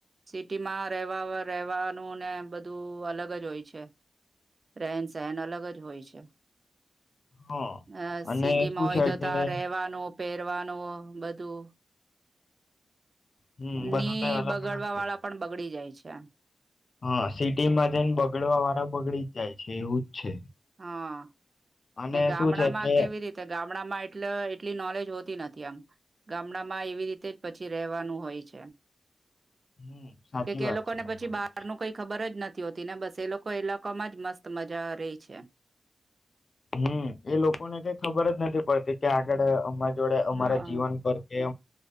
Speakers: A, on the right; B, on the left.
A: સિટીમાં રહેવા રહેવાનું ને બધું અલગ જ હોય છે રહેન સહેન અલગ જ હોય છે
B: હા
A: અ
B: અને
A: સિટીમાં
B: શું
A: હોય
B: છે
A: તો
B: કે
A: આ રહેવાનું પહેરવાનું બધું
B: હમ બધું
A: નઈ
B: તો અલગ
A: બગડવા
B: અલગ થઈ
A: વાળા
B: જાય.
A: પણ બગડી જાય છે એમ
B: હા સિટીમાં જેને બગડવા વાળા બગડી જ જાય છે એવું છે
A: હા
B: અને
A: ને ગામડામાં
B: શું છે કે
A: કેવી રીતે ગામડામાં એટલે એટલી નોલેજ હોતી નથી આમ ગામડામાં એવી રીતે જ પછી રવાનું હોય છે
B: હમ સાચી
A: કે કે
B: વાત
A: એ લોકોને
B: છે તમારી.
A: પછી બહાર ન કઈ ખબર જ નથી હોતી ને બસ એ લોકો એ લાકોમાં જ મસ્ત મજા રહી છે
B: હમ એ લોકોને કઈ ખબર જ નથી પડતી કે આગળ અમારી જોડે અમારા
A: હા
B: જીવન પર કે